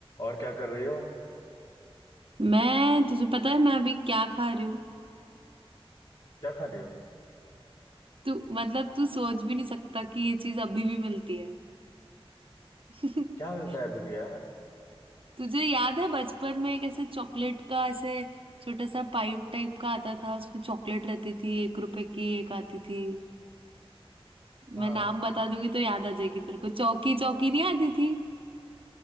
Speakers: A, on the left; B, on the right.
A: और क्या कर रही हो
B: मैं तुझे पता है मैं अभी क्या खा रही हूँ
A: क्या खा रही हो
B: तू मतलब तू सोच भी नहीं सकता कि ये चीज अभी भी मिलती है <laughs>
A: क्या मिलता है अभी भी यार
B: तुझे याद है बचपन में एक ऐसे चॉकलेट का ऐसे छोटा सा पाइप टाइप का आता था उसमें चॉकलेट रहती थी एक रुपए की एक आती थी
A: हाँ
B: मैं नाम बता दूंगी तो याद आ जाएगी तेरे को चौकी चौकी नहीं आती थी